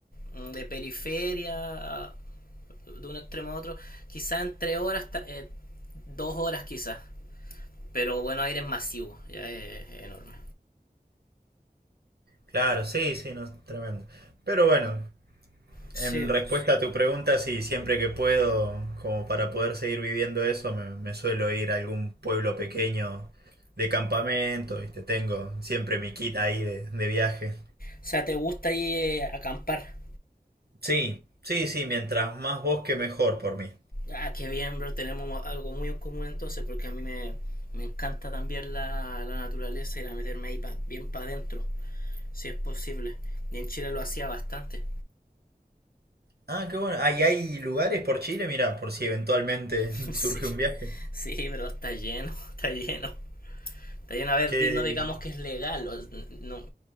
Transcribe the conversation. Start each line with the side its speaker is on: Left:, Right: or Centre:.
Left: mm, de periferia, a- de un extremo a otro, quizás en tres horas, eh, dos horas quizás. Pero Buenos Aires es masivo, ya es, es enorme.
Right: Claro, sí, sí, no, tremendo. Pero bueno,
Left: Sí,
Right: en respuesta a tu pregunta, sí, siempre que puedo, como para poder seguir viviendo eso, me, me suelo ir a algún pueblo pequeño de campamento, ¿viste? Tengo siempre mi kit ahí de, de viaje.
Left: O sea, ¿te gusta ir eh, acampar?
Right: Sí, sí, sí, mientras más bosque mejor por mí.
Left: Ah, qué bien, bro. Tenemos algo muy en común entonces, porque a mí me, me encanta también la, la naturaleza y la meterme ahí pa- bien para adentro, si es posible. Y en Chile lo hacía bastante.
Right: Ah, qué bueno. Ahí hay lugares por Chile, mira, por si eventualmente
Left: <laughs>
Right: <laughs>
Left: Sí,
Right: surge un viaje.
Left: sí, pero está lleno, <laughs> está lleno. También, a ver,
Right: Que...
Left: no digamos que es legal. No.